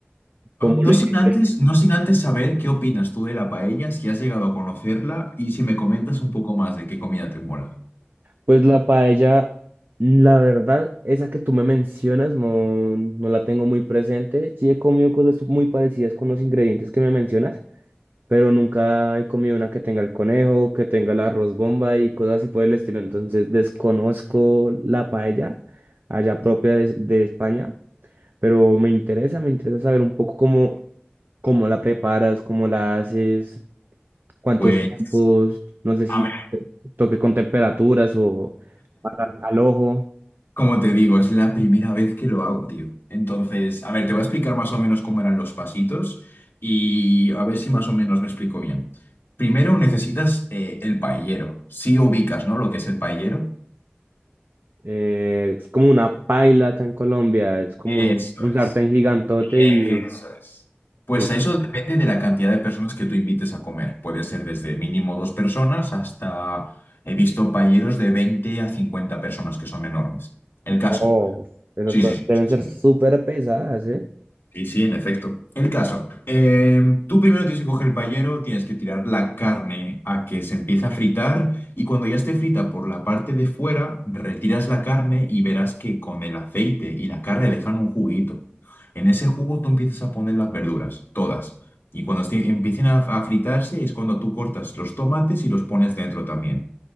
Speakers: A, on the right; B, on the left.
A: ¿Cómo
B: No
A: lo hiciste?
B: sin antes, no sin antes saber qué opinas tú de la paella, si has llegado a conocerla y si me comentas un poco más de qué comida te mola.
A: Pues la paella, la verdad, esa que tú me mencionas, no, no la tengo muy presente. Sí he comido cosas muy parecidas con los ingredientes que me mencionas, pero nunca he comido una que tenga el conejo, que tenga el arroz bomba y cosas así por el estilo. Entonces desconozco la paella allá propia de, de España, pero me interesa, me interesa saber un poco cómo, cómo la preparas, cómo la haces, cuántos
B: Pues,
A: tiempos, no sé si
B: a
A: toque con temperaturas o al, al ojo.
B: Como te digo, es la primera vez que lo hago, tío. Entonces, a ver, te voy a explicar más o menos cómo eran los pasitos y a ver si más o menos me explico bien. Primero necesitas eh, el paellero. Si ubicas, ¿no? Lo que es el paellero.
A: Eh, es como una paila acá en Colombia, es como
B: Eso
A: un, un
B: es.
A: sartén gigantote y
B: Eso es. Pues
A: sí,
B: eso
A: sí.
B: depende de la cantidad de personas que tú invites a comer. Puede ser desde mínimo dos personas hasta, he visto paelleros de 20 a 50 personas que son enormes. El
A: Wow,
B: caso.
A: esas
B: Sí,
A: cosas
B: sí, sí.
A: deben
B: sí,
A: ser súper
B: sí.
A: pesadas, ¿eh?
B: Sí, sí, en efecto. El caso, em, tú primero tienes que coger el paellero, tienes que tirar la carne a que se empiece a fritar y cuando ya esté frita por la parte de fuera, retiras la carne y verás que con el aceite y la carne dejan un juguito. En ese jugo tú empiezas a poner las verduras, todas. Y cuando esté- empiecen a, a fritarse es cuando tú cortas los tomates y los pones dentro también.